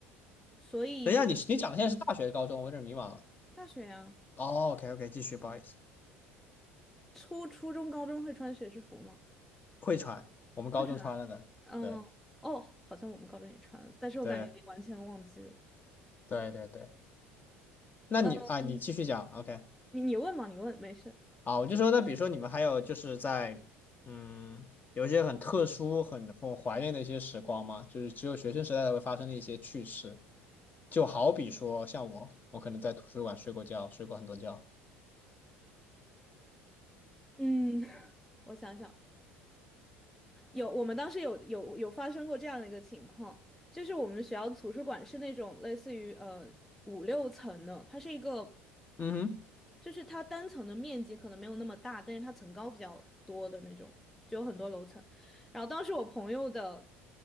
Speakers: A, in the centre; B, on the left.
A: 所以
B: 等一下，你你讲的现在是大学、高中，我有点迷茫了。
A: 大学呀，
B: 哦，OK OK，继续，不好意思，
A: 初初中、高中会穿学士服吗？
B: 会传，我们高中传了的，
A: 会穿啊。嗯，
B: 对
A: 哦，好像我们高中也穿了，但是我感觉已经完全忘记了。
B: 对对对对，那你啊，
A: 嗯，
B: 你继续讲，OK。
A: 你你问嘛，你问，没事。
B: 啊，我就说，那比如说你们还有就是在，嗯，有一些很特殊、很很怀念的一些时光吗？就是只有学生时代才会发生的一些趣事，就好比说，像我，我可能在图书馆睡过觉，睡过很多觉。
A: 嗯，<laughs> 我想想，有，我们当时有有有发生过这样的一个情况，就是我们学校图书馆是那种类似于呃五六层的，它是一个
B: 嗯哼，
A: 就是它单层的面积可能没有那么大，但是它层高比较多的那种，就有很多楼层。然后当时我朋友的